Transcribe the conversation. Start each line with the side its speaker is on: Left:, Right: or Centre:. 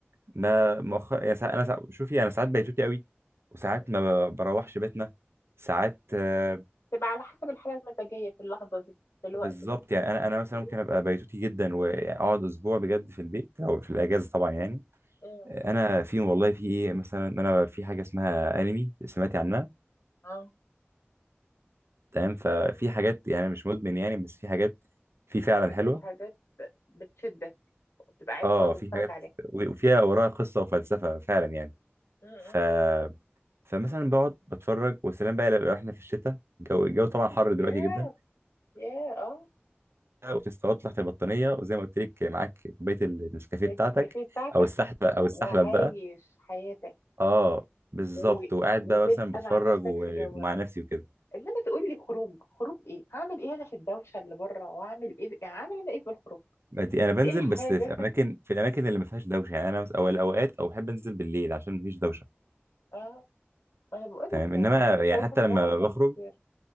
Right: ما مؤخر يعني ساعات انا ساعات شوفي انا ساعات بيتوتي قوي وساعات
Left: مم.
Right: ما ب- بروحش بيتنا ساعات آه،
Left: تبقى على حسب الحاله المزاجيه في اللحظه دي في الوقت
Right: بالظبط
Left: ده
Right: يعني انا انا مثلا
Left: مم.
Right: ممكن ابقى بيتوتي جدا واقعد اسبوع بجد في البيت او في الاجازه طبعا يعني
Left: مم.
Right: انا في والله في ايه مثلا إن انا في حاجه اسمها انمي سمعتي عنها
Left: اه
Right: تمام ففي حاجات يعني مش مدمن يعني بس في حاجات في فعلا
Left: بتبقى
Right: حلوه
Left: في حاجات بتشدك وبتبقى عايز
Right: اه
Left: تقعد تتفرج
Right: في حاجات
Left: عليها
Right: و- وفيها وراها قصه وفلسفه فعلا يعني
Left: مم. مم.
Right: ف فمثلا بقعد بتفرج وسلام بقى لو احنا في الشتاء الجو الجو طبعا حر دلوقتي
Left: ياه
Right: جدا
Left: ياه اه
Right: وتستغطى تحت البطانيه وزي ما قلت لك معاك كوبايه النسكافيه بتاعتك
Left: النسكافيه بتاعتك
Right: او السحلب او السحلب
Left: وعايش
Right: بقى
Left: حياتك
Right: اه بالظبط
Left: و...
Right: وقاعد
Left: وتبقى
Right: بقى مثلا بتفرج
Left: مع نفسك
Right: و-
Left: في جوك
Right: ومع نفسي وكده
Left: انما تقول لي خروج خروج ايه هعمل ايه انا في الدوشه اللي بره وهعمل ايه يعني هعمل انا ايه بالخروج
Right: دي انا بنزل
Left: ايه الحاجه
Right: بس في اماكن في الاماكن اللي ما فيهاش دوشه يعني انا مس- او الاوقات
Left: <laughs>
Right: او بحب انزل بالليل عشان ما فيش دوشه
Left: اه ما انا بقول
Right: تمام
Left: لك يعني
Right: انما
Left: انا شايفه
Right: يعني حتى
Left: ان
Right: لما
Left: ده افضل
Right: بخرج
Left: بكتير